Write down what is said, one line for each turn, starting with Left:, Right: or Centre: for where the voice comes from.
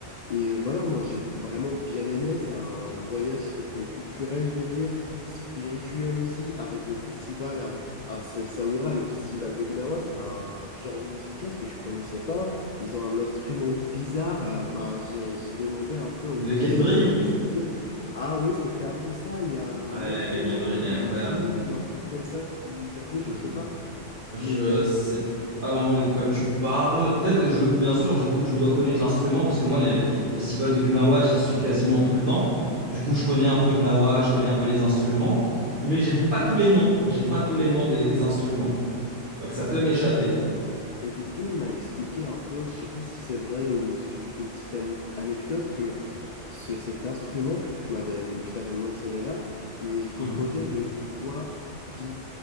Left: Et voilà, moi j'ai vraiment bien aimé. C'est un voyage qui était culturel, je vais dire, spirituel aussi, avec le festival à, à Sessaouira, le festival de Gnawa. C'est un genre musical que je connaissais pas. Ils ont un instrument bizarre. euh, bah, j'ai, j'ai demandé un peu au
Right: Le
Left: musicien,
Right: Gambry?
Left: il m'a expliqué. Ah oui, c'était un peu ça. Il y a un
Right: Ouais,
Left: autre
Right: le Gambry,
Left: nom, le
Right: il est incroyable.
Left: jouge, un truc comme ça qu'ils appelaient, je
Right: Euh,
Left: sais pas.
Right: Je
Left: Mais il m'a expliqué
Right: sais pas vraiment de quoi tu parles. Peut-être, je, bien sûr, je, je dois connaître l'instrument parce que moi, les festivals de Gnawa, j'y suis quasiment tout le temps. Du coup, je connais un peu Gnawa, je connais un peu les instruments, mais j'ai pas tous les noms. J'ai pas tous les noms des, des instruments. Donc, ça peut m'échapper.
Left: Et du coup, il m'a expliqué un peu, je sais pas si c'est vrai ou c'est juste une petite ani- anecdote, que ce- cet instrument que tu m'avais, que t'avais mentionné là, il est composé
Right: Mhm.
Left: de trois vies.